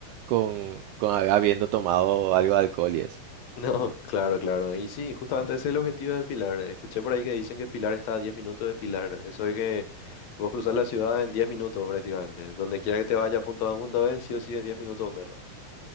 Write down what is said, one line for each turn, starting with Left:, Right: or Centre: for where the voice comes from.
Right: con, con habiendo tomado algo de alcohol y eso.
Left: No, claro, claro. Y sí, justamente ese es el objetivo de Pilar. Escuché por ahí que dicen que Pilar está a 10 minutos de Pilar. Eso de que vos cruzás la ciudad en 10 minutos prácticamente. Donde quiera que te vaya, punto A, punto B, sí o sí es diez minutos o menos.